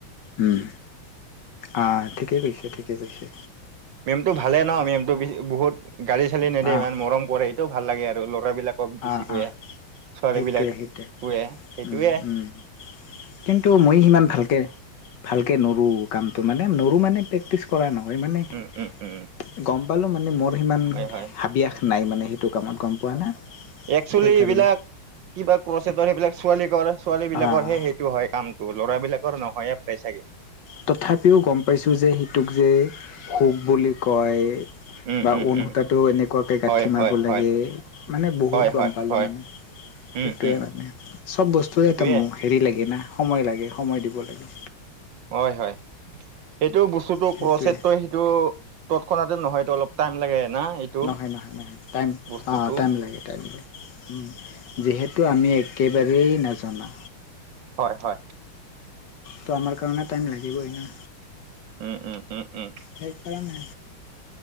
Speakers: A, on the left (about 60°); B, on the right (about 65°).
A: উম, আহ ঠিকেই কৈছে, ঠিকেই কৈছে,
B: মেমতটো ভালে
A: সেইটোৱে
B: ন মেমতটো বহুত গালি চালি নেদে
A: আহ
B: ইমান মৰম কৰে সেইটো ভাল লাগে আৰু ল'ৰা বিলাক বেছি
A: আহ
B: কয়ে
A: আহ
B: ছোৱালী
A: সেইটোৱে
B: বিলাক
A: সেইটোৱে
B: কৱে সেইটয়ে
A: উম উম কিন্তু মই সিমান ভালকে-ভালকে নৰোঁ কামটো মানে ময়ো মানে প্ৰেক্টিছ কৰা নহয় মানে
B: উম উম উম
A: গম পালো মানে মোৰ সিমান
B: হয় হয়
A: হাবিয়াস নাই মানে সেইটো কামত গম পোৱা না।
B: একসুৱেলি
A: সেইকাৰণে
B: এইবিলাক কিবা কচটৰ সেইবিলাক ছোৱালী কৰে। ছোৱালী বিলাকৰ
A: অ'
B: হে সেইটো হয় কামটো। ল'ৰাবিলাকৰ নহয়ে প্ৰায় চাগে
A: তথাপিও গম পাইছোঁ যে সিটোক যে সুখ বুলি কয়।
B: উম
A: বা
B: উম
A: উন
B: উম
A: সূতাটো এনেকুৱাকে গাঁঠি
B: হয়
A: মাৰিব
B: হয়
A: লাগে
B: হয়
A: মানে বহুত
B: হয়
A: গম
B: হয়
A: পালো
B: হয়
A: মানে। সেইটোয়ে
B: উম উম
A: মানে চব বস্তুৱে
B: সেইটোয়ে
A: এটা হেৰি লাগে না সময় লাগে সময় দিব লাগে।
B: হয়-হয় সেইটো বস্তুতো
A: সেইটোৱে
B: ক্ৰচেতই সেইটো তৎক্ষণা নহয়। অলপ টাইম লাগে। না এইটো
A: নহয়-নহয়-নহয় টাইম
B: বস্তুটো
A: লাগে, টাইম লাগে, উম যিহেতু আমি একেবাৰে এই নাজনা।
B: হয়, হয়।
A: তো আমাৰ কাৰণে টাইম লাগিবই না।
B: উম-উম-উম-উম,
A: সেইকাৰণে